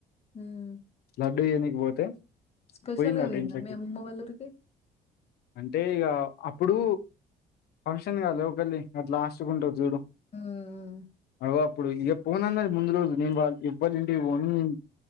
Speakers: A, on the left; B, on the left.
A: ఊమ్
B: లడ్డు ఇయనీకి పోతే
A: స్పెషల్గ
B: పోయిందట
A: పోయిందా
B: ఇంట్లోకి
A: మీ అమ్మమ్మ వాళ్ళ ఊరికి
B: అంటే ఇగా అప్పుడు ఫంక్షన్ కాద ఒకల్ది అటు లాస్ట్కుంటరు చూడు
A: మ్
B: అగొ అప్పుడు ఇగ పోనన్నది ముందు రోజు నేను వాళ్ల ఎవ్వలింటికి పోను నేను